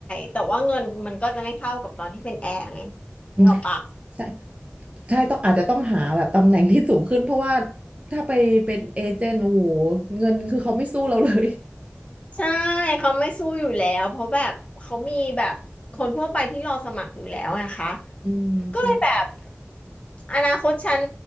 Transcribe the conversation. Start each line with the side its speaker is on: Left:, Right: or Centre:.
Left: แต่ว่าเงินมันก็จะไม่เท่ากับตอนที่เป็นแอร์ไง
Right: อืม
Left: นึกออกปะ
Right: ใช่ใช่ต้องอาจจะต้องหาแบบตำแหน่งที่สูงขึ้นเพราะว่าถ้าไปเป็นเอเจนต์โอ้โหเงินคือเขาไม่สู้เราเลย
Left: ใช่เขาไม่สู้อยู่แล้วเพราะแบบเขามีแบบคนทั่วไปที่รอสมัครอยู่แล้วนะคะ
Right: <laughs> อืมใช่
Left: ก็เลยแบบอนาคตฉัน